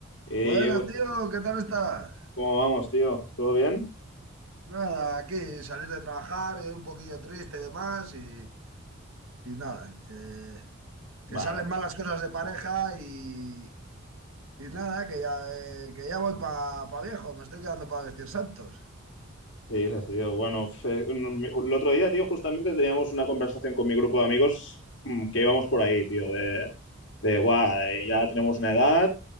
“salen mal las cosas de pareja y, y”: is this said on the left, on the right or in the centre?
Right